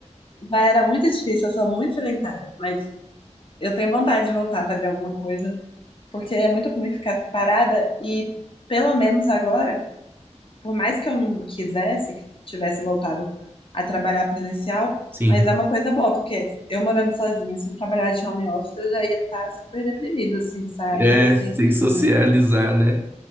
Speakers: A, on the left; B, on the right.
A: já era muito difícil, eu sou muito sedentária. Mas eu tenho vontade de voltar a fazer alguma coisa, porque é muito ruim ficar parada e, pelo menos agora por mais que eu não quisesse, que tivesse voltado a trabalhar presencial,
B: Sim.
A: mas é uma coisa boa, porque eu morando sozinha, se eu trabalhar de home office, eu já ia estar super deprimido, assim, sair
B: É, sem
A: sem ver
B: socializar,
A: ninguém.
B: né?